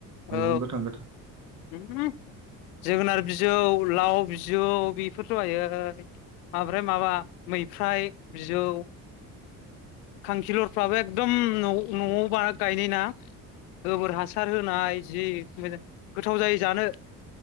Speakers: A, on the right; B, on the left.
A: मैगं
B: औ
A: गोथां गोथां।
B: उम जोगोनार बिजौ लाव बिजौ बेफोरथ'हायो ओमफ्राय माबा मैफ्राइ बिजौ खांखिलर फ्राबो एकदम नौ न'आव बा गायनायना? गोबोर हासार हो <unintelligible> गोथाव जायो जानो।